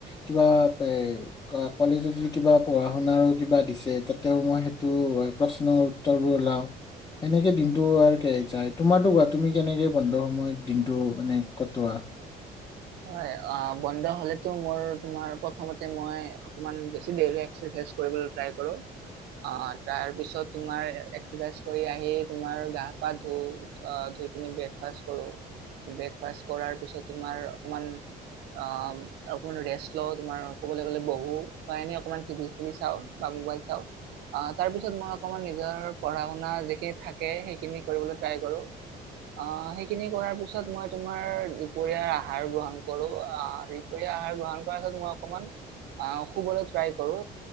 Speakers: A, on the left; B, on the right.
A: কিবা এ কলেজত যদি কিবা পঢ়া শুনাৰো কিবা দিছে তাতেও মই সেইটো প্ৰশ্নৰ উত্তৰবোৰ ওলাও সেনেকে দিনটো যাই তোমাৰো কোৱা তুমি কেনেকে বন্ধৰ সময়ত দিনটো মানে কটোৱা
B: হয় অ বন্ধ হলেতো মোৰ তোমাৰ প্ৰথমতে মই অকমান বেছি দেৰিলৈকে এক্সাইজ কৰিবলে ট্ৰাই কৰো অ তাৰ পিছত তোমাৰ এক্সাৰচাইজ কৰি আহি তুমাৰ গা পা ধুও আহ ধুই পিন ব্ৰেকফাষ্ট কৰো ব্ৰেকফাষ্ট কৰাৰ পিছত তোমাৰ অকমান আহ অকমান ৰেষ্ট লওঁ তোমাৰ কবলৈ গলে বহু বা এনে অকমান টিভি চি চাওঁ বা মোবাইল চাওঁ আহ তাৰ পিছত মই অকমান নিজৰ পঢ়া শুনা যিখিনি থাকে সেইখিনি কৰিবলৈ ট্ৰাই কৰো আহ সেইখিনি কৰাৰ পিছত মই তোমাৰ দুপৰীয়া আহাৰ গ্ৰহণ কৰো আহ দুপৰীয়া আহাৰ গ্ৰহণ কৰাৰ পাছত মই অকমান অ শুবলৈ ট্ৰাই কৰো